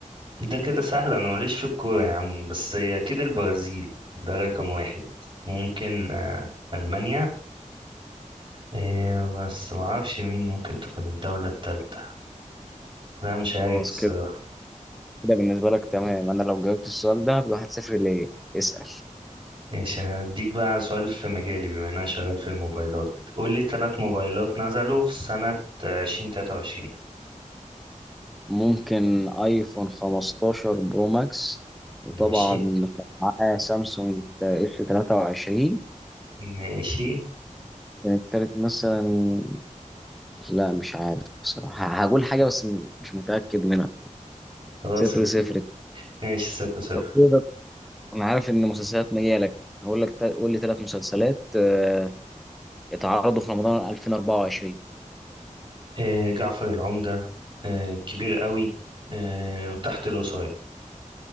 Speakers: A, on the right; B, in the centre.
A: ده كده سهل انا ماليش في الكورة يا عم بس هي اكيد البرازيل ده رقم واحد ممكن آه، المانيا إيه بس معرفش مين ممكن تكون الدولة التالتة لا مش عارف
B: خلاص
A: الصراحة
B: كده كده بالنسبة لك تمام أنا لو جاوبت السؤال ده هبقى 1-0 ليه اسأل
A: ماشي أنا هديك بقى سؤال في مجالي بما إن أنا شغال في الموبايلات قول لي تلات موبايلات نزلوا في سنة عشرين تلاتة وعشرين
B: ممكن ايفون 15 برو ماكس وطبعا
A: ماشي
B: كان معاه سامسونج اس 23
A: ماشي
B: كان التالت مثلا لا مش عارف بصراحة هقول حاجة بس م- مش متأكد منها
A: خلاص
B: صفر صفر
A: ماشي صفر صفر
B: كده انا عارف ان مسلسلات مجالك هقول لك تل- قول لي ثلاث مسلسلات آه، اتعرضوا في رمضان 2024
A: آه جعفر العمدة آه كبير قوي آه وتحت الوصاية